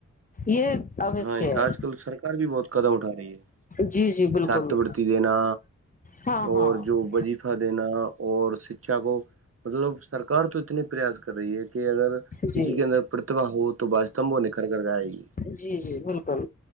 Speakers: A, on the left; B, on the right.
A: یہ
B: کو۔
A: اوشیہ
B: ہاں
A: ہے
B: آج کل سرکار بھی بہت قدم اٹھا رہی ہے
A: جی جی بالکل
B: چھاتوروتی دینا
A: ہاں
B: اور
A: ہاں
B: جو وجیفہ دینا اور شکھا کو مطلب سرکار تو اتنی پریاس کر رہی ہے کہ اگر
A: جی
B: کسی کے اندر پرتیھا ہو تو ب استمبو نکھر کر گائے گی
A: جی جی بالکل